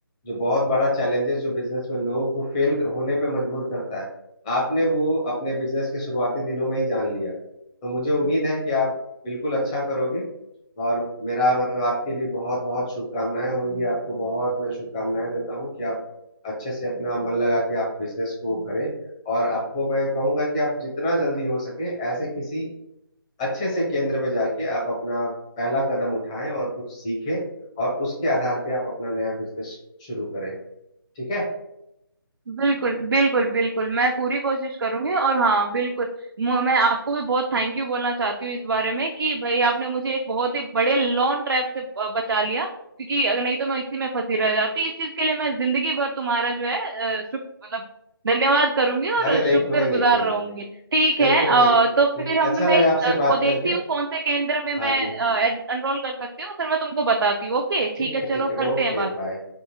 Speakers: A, on the left; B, on the right.
A: जो बहुत बड़ा चैलेंजेस जो बिजनेस में लोगों को फेल होने पे मजबूर करता है आपने वो अपने बिजनेस के शुरुआती दिनों में ही जान लिया तो मुझे उम्मीद है कि आप बिल्कुल अच्छा करोगे और मेरा मतलब आपके लिए बहुत बहुत शुभकामनाएं होंगी आपको बहुत मैं शुभकामनाएं देता हूँ कि आप अच्छे से अपना मन लगा के आप बिजनेस को करें और आपको मैं कहूंगा कि आप जितना जल्दी हो सके ऐसे किसी अच्छे से केंद्र में जाके आप अपना पहला कदम उठाएं और कुछ सीखें और उसके आधार पे आप अपना नया बिजनेस शुरू करें ठीक है
B: बिल्कुल बिल्कुल बिल्कुल मैं पूरी कोशिश करूंगी और हाँ बिल्कुल मु- मैं आपको भी बहुत थैंक यू बोलना चाहती हूँ इस बारे में कि भाई आपने मुझे एक बहुत ही बड़े लॉन्ग ट्रैप से ब- बचा लिया क्योंकि अगर नहीं तो मैं इसी में फंसी रह जाती इस चीज के लिए मैं जिंदगी भर तुम्हारा जो है अ, शुभ मतलब धन्यवाद करूंगी और
A: अरे नहीं
B: शुक्र
A: कोई नहीं
B: गुजार
A: कोई नहीं
B: रहूंगी
A: कोई
B: ठीक
A: बिल्कुल
B: है अ,
A: बिल्कुल ठीक
B: तो फिर
A: है
B: हम
A: अच्छा
B: मैं
A: लगा
B: इस
A: आपसे
B: अ,
A: बात
B: को देखती
A: करके
B: हूँ कौन से केंद्र में मैं
A: हाँ जी बिल्कुल
B: एनरोल कर सकती हूँ फिर मैं तुमको बताती हूँ ओके
A: ठीक
B: ठीक है
A: है
B: चलो
A: ठीक है
B: करते
A: ओके
B: हैं बात
A: बाय